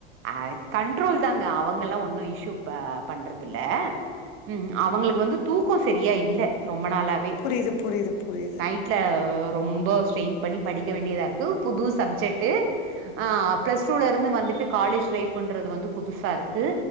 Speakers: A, on the right; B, on the left.
A: அ கண்ட்ரோல் தாங்க அவங்கல்லா ஒன்னு இஷு ப பண்றதுல்ல ம் அவங்களுக்கு வந்து தூக்கோ செரியா இல்ல ரொம் ரொம்ப நாளாவே
B: புரியுது, புரியுது, புரியுது.
A: டைட்ல ரொம்ப ஸ்ரெய்ன் பண்ணி படிக்க வேண்டியதா இருக்கு புது சப்ஜெக்டு ஆ பிளஸ் டூல இருந்து வந்துட்டு காலேஜ் லைஃப்ண்றது து வந்து புதுசா இருக்கு